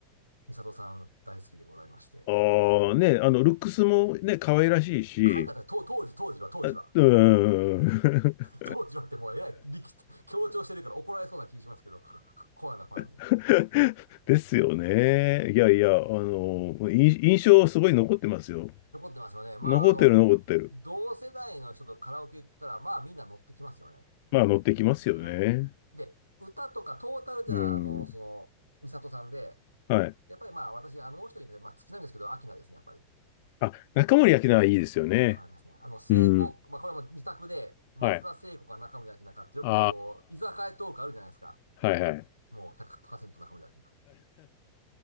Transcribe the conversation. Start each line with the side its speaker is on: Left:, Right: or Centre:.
Right: 美里さん大好きでございまして。
Left: ああ、ね、あの、ルックスもね、可愛らしいし、
Right: 海外で、と当時、当時は、当時は。
Left: うーん。<laughs>
Right: 当時はってもうえらい力強調してるから怒られそうな気しますけど、コアなファンに。
Left: <laughs> ですよね。いやいや、あの、印印象すごい残ってますよ。
Right: 残ってますよね。まあ、
Left: 残ってる残ってる。
Right: あの、同世代の人とカラオケ行ったら、まあみんな乗ってきますよね。
Left: まあ乗ってきますよね。
Right: はい。で、歌とかトータルでは、
Left: うん。
Right: あの、その、ミサトさんで、
Left: はい。
Right: やっぱりまあ私、あの、もう一人で、まあ好きなんですけど、アキナですね、やっぱり。
Left: あ、中森明菜はいいですよね。
Right: はいですね。あの、聖子、
Left: うん。
Right: まあこれも二択で、松田聖子か中森明菜かってよくこう、
Left: はい。あ
Right: 居酒屋トークあるじゃないですか。
Left: あ、はいはい。
Right: もう100%中森明菜。